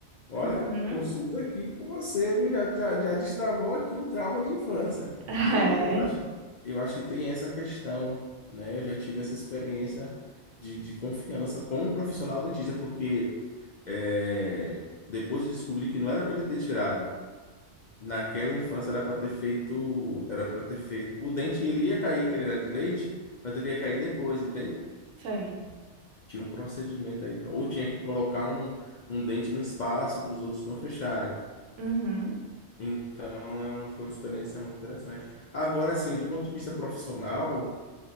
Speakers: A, on the left; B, on the right.
A: Olha,
B: Uhum.
A: consulta
B: <laughs>
A: aqui com você, viu? Já, já, já destravou aqui um trauma de infância.
B: É,
A: Eu, eu acho que, eu acho que tem essa questão, né? Eu já tive essa experiência de, de confiança com um profissional dentista, porque é, depois de descobrir que não era para ele ter tirado Naquela infância era para ter feito, era para ter feito. O dente ele ia cair, que ele era de leite, mas ele ia cair depois, entende?
B: isso aí.
A: Tinha um procedimento aí, pra- ou tinha que colocar um, um dente no espaço para os outros não fecharem.
B: Uhum.
A: Então é um- foi uma experiência muito interessante. Agora sim, do ponto de vista profissional,